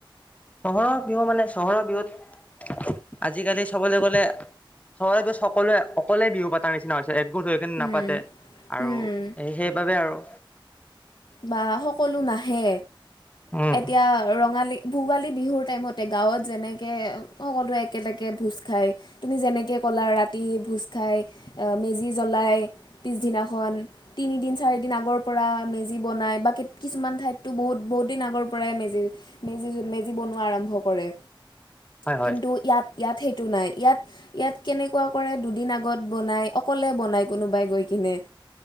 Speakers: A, on the left (about 15°); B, on the left (about 60°).
A: চহৰৰ বিহু মানে চহৰৰ বিহুত আজিকালি চবলৈ গ'লে চহৰৰ বিহুত সকলোৱে অকলে বিহু পতাৰ নিচিনা হৈছে। একগোট হৈ কিনে
B: উম,
A: নাপাতে
B: উম।
A: আৰু সেইবাবে আৰু।
B: বা সক- সকলো নাহে
A: উম
B: এতিয়া ৰঙালী- ভোগালী বিহুৰ টাইমতে গাঁৱত যেনেকে সকলোৱে একেলেগ- এই ভোজ খায়, তুমি যেনেকৈ ক'লা ৰাতি ভোজ খাই মেজি জ্বলায়, পিছদিনাখন তিনি দিন চাৰি দিন আগৰ পৰাই মেজি- বনাই বা- কিছুমান ঠাইতো বহুত বহু দিন আগৰ- প্ৰায় মেজি মেজি বনোৱা আৰম্ভ কৰে।
A: হয় হয়
B: কিন্তু ইয়াত- ইয়াত সেইটো নাই ইয়াত ইয়াত কেনেকুৱা কৰে দুদিন আগত বনায় অকলে বনায় কোনোবাই গৈ কেনে-